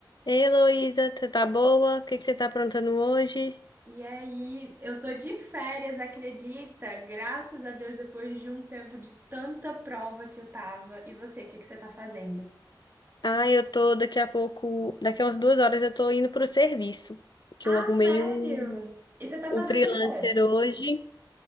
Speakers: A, on the left; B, on the right.
A: Ei, Heloísa, você tá boa? O que que você tá aprontando hoje?
B: E aí, eu tô de férias, acredita? Graças a Deus, depois de um tempo de tanta prova que eu tava. E você, o que que você tá fazendo?
A: Ah, eu tô daqui a pouco, daqui a umas duas horas eu tô indo pro serviço, que
B: Ah,
A: eu arrumei
B: sério?
A: um,
B: E você tá
A: um
B: fazendo
A: freelancer
B: o quê?
A: hoje,